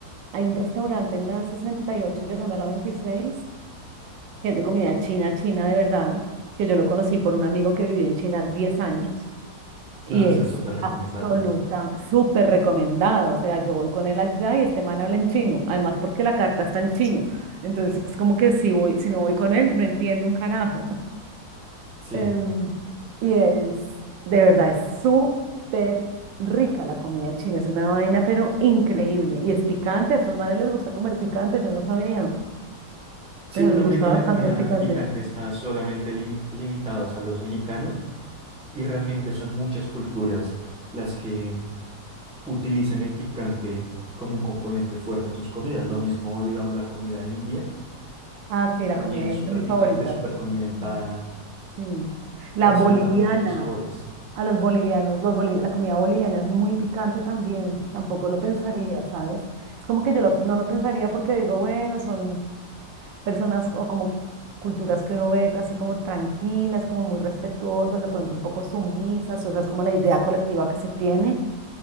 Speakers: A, on the right; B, in the centre.
A: Hay un restaurante en la 68 llegando a la 26 que es de comida china, china de verdad, que yo lo conocí por un amigo que vivió en China 10 años y
B: no,
A: es
B: o sea, súper recomendado.
A: absoluta, súper recomendado. O sea, yo voy con él allá y este man habla en chino, además porque la carta está en chino. Entonces es como que si voy, si no voy con él, no entiendo un carajo.
B: Sí.
A: Em, y es, de verdad, es súper rica la comida china, es una vaina, pero increíble. Y es picante, a esos manes les gusta comer picante, yo no sabía,
B: Sí,
A: pero
B: uno
A: les gusta
B: cree que la
A: bastante
B: comida
A: el picante.
B: picante está solamente limi- limitados a los mexicanos y realmente son muchas culturas las que utilizan el picante como un componente fuerte en sus comidas. Lo mismo, digamos, la comida india
A: Ah, sí, la
B: también
A: comida ahí
B: es
A: es
B: súper
A: de mis
B: picante,
A: favoritas.
B: súper condimentada,
A: Mm, Sí. La
B: resalta
A: boliviana,
B: mucho esos sabores.
A: a los bolivianos, los boli- la comida boliviana es muy picante también, tampoco lo pensaría, ¿sabes? Es como que yo lo- no lo pensaría porque digo, bueno, son personas o como culturas que uno ve así como tranquilas, como muy respetuosas, de pronto un poco sumisas, o sea, es como la idea colectiva que se tiene.